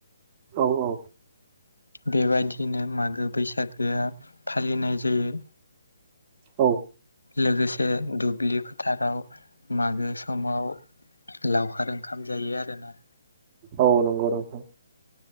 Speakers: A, on the right; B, on the left.
A: औ औ।
B: बेबायदिनो मागो बैसागोआ फालिनाय जायो।
A: औ।
B: लोगोसे दुब्लि फोथाराव मागो समाव लावखार ओंखाम जायो आरोना।
A: औ नंगौ नंगौ।